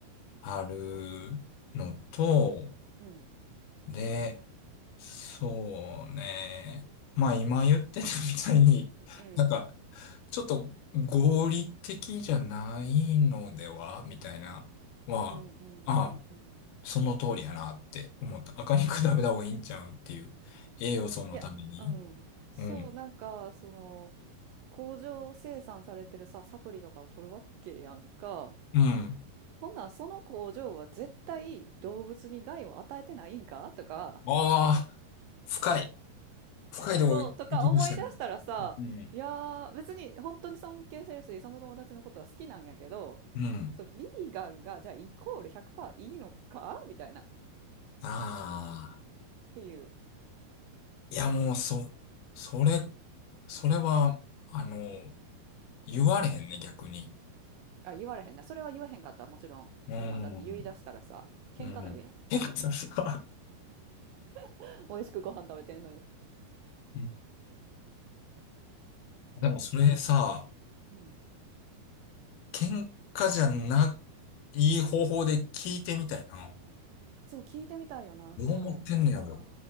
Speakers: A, on the left; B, on the right.
A: あるのと、
B: うん。うん。
A: で、そうね。まあ今言ってたみたいに、
B: うん。
A: なんか、ちょっと合理的じゃないのではみたいな、は、
B: うんうんうんうん。
A: あその通りやなって思った。赤肉食べた方がいいんちゃうんっていう。栄養素のために。
B: いや、うん。そう、
A: うん。
B: なんか、その、工場生産されてるさ、サプリとかを取るわけやんか。
A: うん。
B: ほんならその工場は絶対動物に害を与えてないんかとか、
A: ああ、深い。深いとこ行きましたね。
B: そう、とか思い出したらさ、
A: うん。
B: いやー、別に本当に尊敬してるし、その友達のことは好きなんやけど、
A: うん。
B: そう、ビーガンがじゃあイコール100%いいのかみたいな、っ
A: ああ。
B: ていう。
A: いやもう、そ、それ、それは、あの、言われへんね、逆に。
B: あ、言われへんな。それは言わへんかった、もちろん。
A: うん。
B: そんなんだって言い出したらさ、喧嘩なるやん。
A: うん。てかさ、さ
B: <laughs> 美味しくご飯食べてんのに。
A: うん <laughs>
B: そ
A: でもそれさ、
B: う。うん。
A: 喧嘩じゃない、い方法で聞いてみたいな。
B: そう、聞いてみたいよな。
A: どう思ってんねやろ。
B: そう。なんか、